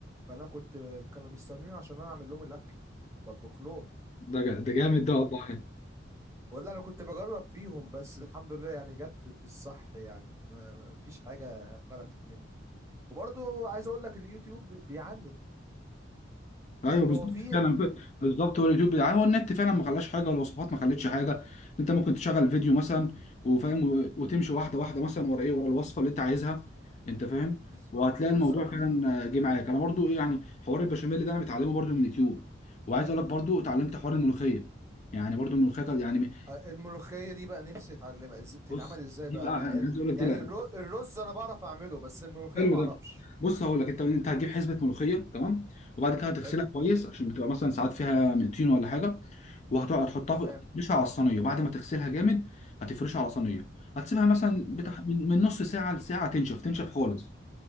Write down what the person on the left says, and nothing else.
ده جا- ده جامد ده والله
ايوه
بالظبط
فعلا ف- بالظبط هو اليوتيوب بي- هو النت فعلا ما خلاش حاجه والوصفات ما خلتش حاجه انت ممكن تشغل فيديو مثلا وفاهم و- وتمشي واحده واحده مثلا ورا ايه ورا الوصفه اللي انت عايزها انت فاهم
وهتلاقي الموضوع
فعلا آه، جه معاك انا برضو ايه يعني حوار البشاميل ده انا متعلمه برضو من اليوتيوب وعايز اقول لك برضو اتعلمت حوار الملوخيه يعني برضو الملوخيه كانت- يعني
بص
دي
بقى
انا عايز
اقول لك دي
لا
حلو
ده
بص هقول لك انت انت هتجيب حزمه ملوخيه تمام وبعد كده هتغسلها
كويس عشان بتبقى مثلا ساعات فيها طين ولا حاجه وهتقعد تحطها
في تفرشها على الصينيه وبعد ما تغسلها جامد هتفرشها على صينيه
هتسيبها مثلا بتاع
من من نص ساعه لساعه تنشف تنشف خالص